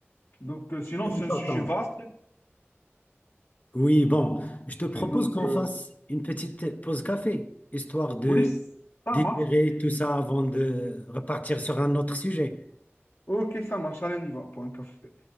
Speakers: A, on the left; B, on the left.
A: Donc, euh, sinon,
B: C'est
A: c'est
B: important.
A: un sujet vaste.
B: Oui, bon, je te propose
A: Et donc,
B: qu'on
A: euh,
B: fasse une petite pause café, histoire de
A: oui, ça
B: digérer
A: marche.
B: tout ça avant de repartir sur un autre sujet.
A: Ok, ça marche. Allez, on y va pour un café.